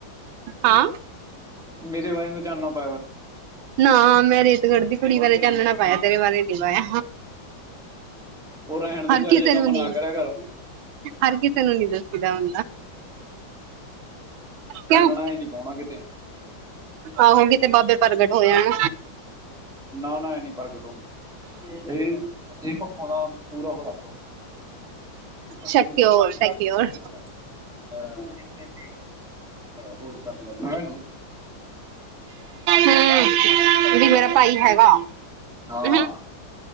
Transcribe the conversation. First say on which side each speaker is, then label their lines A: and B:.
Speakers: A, on the right; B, in the centre.
A: ਹਾਂ।
B: ਮੇਰੇ ਵਾਈ, ਨੂੰ ਚੱਲਨਾ <inaudible>
A: ਨਾ, ਮੈਂ ਰੇਤ ਕੱਢਦੀ ਕੁੜੀ ਬਾਰੇ ਕਨਣਾ ਪਾਇਆ, ਤੇਰੇ ਬਾਰੇ ਨੀ ਪਾਇਆ।
B: ਉਹ ਰਹਿਣ ਦੇ
A: ਹਰ
B: ਤੂੰ
A: ਕਿਸੇ
B: ਇਹੋ ਜਿਹਾ
A: ਨੂੰ
B: ਕੰਮ
A: ਨੀ,
B: ਨਾ ਕਰਿਆ ਕਰ
A: ਹਰ ਕਿਸੇ ਨੂੰ ਨੀ ਦੱਸੀਦਾ <inaudible>
B: ਚਾਨਣਾ
A: ਕਿਉਂ
B: ਇਹ ਨੀ ਪਉਣਾ, ਕਿਤੇ
A: ਆਹੋ, ਕੀਤੇ ਬਾਬੇ ਪ੍ਰਗਟ ਹੋਇਆ <inaudible>
B: ਨਾ-ਨਾ ਐਨੀ ਪ੍ਰਗਟ ਹੂਂ, ਇਹ-ਇਹ ਪੱਖੋਂ ਦਾ ਪੂਰਾ ਹੋ ਰੱਖ <inaudible>
A: ਸ਼ਕਿਓਰ ਸ਼ਕਿਓਰ ਹਮ, ਵੀ ਮੇਰਾ ਭਾਈ ਹੈਗਾ।
B: ਹਾਂ।
A: ਹਮ